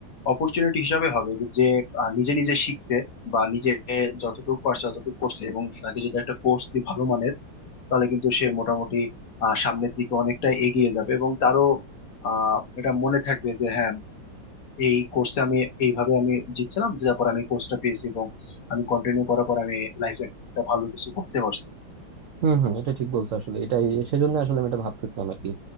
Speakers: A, on the left; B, on the right.
A: অপরচুনিটি হিসাবে হবে যে যে, আহ, নিজে নিজে শিখছে বা নিজে যতটুকু পারছে ততটুকু করছে এবং তাকে যদি একটা কোর্স দিই ভালো মানের তাহলে কিন্তু সে মোটামুটি আহ, সামনের দিকে অনেকটা এগিয়ে যাবে এবং তারও আহ, এটা মনে থাকবে যে হ্যাঁ এই কোর্সে আমি এইভাবে আমি জিতছিলাম জেতার পর আমি কোর্সটা পেয়েছি এবং আমি কন্টিনিউ করার পর আমি লাইফে একটা ভালো কিছু করতে পারছি
B: হম হম এটা ঠিক বলছো আসলে এটাই সেজন্য আসলে আমি এটা ভাবতেছিলাম আর কি